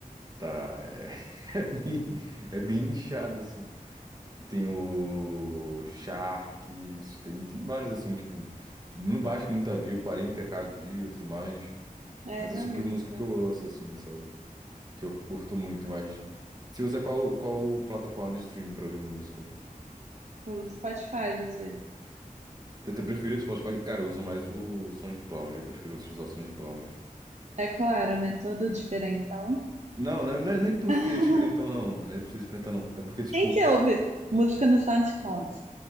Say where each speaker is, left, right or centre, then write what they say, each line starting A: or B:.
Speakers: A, on the right (about 25°); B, on the right (about 50°).
A: Tá, é, <laughs> é bem, é bem inchado, assim. Tem o Sharks, tem, tem vários assim, tipo, não bate muita view, quarenta k view e tudo mais.
B: É,
A: Mas
B: realmente,
A: é o tipo de música
B: não.
A: que eu ouço, assim, sabe? Que eu curto muito, mas. Você usa qual, qual plataforma de streaming pra ouvir música?
B: Pelo Spotify, você.
A: Eu tenho preferido o Spotify. Cara, eu uso mais o SoundCloud, eu prefiro utilizar o SoundCloud.
B: É claro, né? Todo diferentão.
A: Não, não é, não é nem por
B: <laughs>
A: ser diferentão, não. Não é por ser diferentão, não. É porque, tipo,
B: Quem que ouve música no SoundCloud?